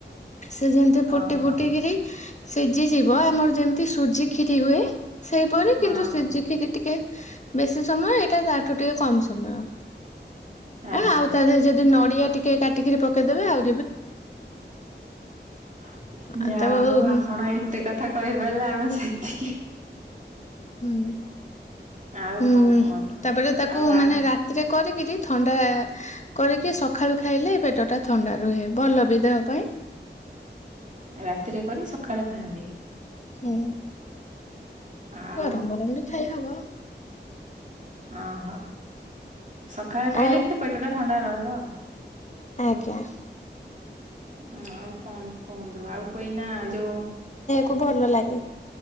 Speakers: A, on the left (about 40°); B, on the right (about 40°).
A: ସେ ଯେମିତି ଫୁଟି
B: ଓହୋ
A: ଫୁଟିକିରି ସିଝି ଯିବ ଆମର ଯେମିତି ସୁଜି କଷରି ହୁଏ। ସେଇ କିନ୍ତୁ,
B: ହଁ
A: ସିିରି ଟିକେ ବେଶି ସମୟ ଏଇଟା ତାଠୁ ଟିକେ କମ ସମୟ।
B: ଆଚ୍ଛା।
A: ଆଉ ତା ଦେହ ଯଦି ନଡିଆ ଟିକେ କାଟିକି ପେଇଦବେ ଆଉ।
B: <inaudible>
A: ଆଉ
B: ଯାହା
A: ତ ହୁଁ
B: ହଉ, ଆପଣ ଏତେ କଥା କହିପାରିଲେ ଆମେ ସେତିକି
A: ହୁଁ
B: ଆଉ
A: ହୁଁ
B: କଣ କୁହନ୍ତୁ
A: ତାପରେ ତାକୁ
B: ଆଉ
A: ମାନେ
B: ଆ
A: ରାତିରେ କରିକିରି ଥଣ୍ଡା କରିକି ସକାଳୁ ଖାଇଲେ ପେଟଟା ଥଣ୍ଡା ରୁହେ। ଭଲ ବି ଦେହ ପାଇଁ
B: ରାତିରେ କରନି ସକାଳେ ଖାଆନ୍ତି।
A: ହଁ
B: ଆଉ
A: ଗରମ ଗରମ ବି ଖାଇ ହବ।
B: ଅହୋ ସକାଳେ ଖାଇଲେ।
A: ଆଉ
B: କିନ୍ତୁ ପେଟା ଥଣ୍ଡା ରହିବ। ହ
A: ଆଜ୍ଞା
B: ହୁଁ ଆଉ। କଣ କୁହନ୍ତୁ ଆଉ କହିନା ଯୋଉ
A: ଖୁବ ଭଲ ଲାଗେ।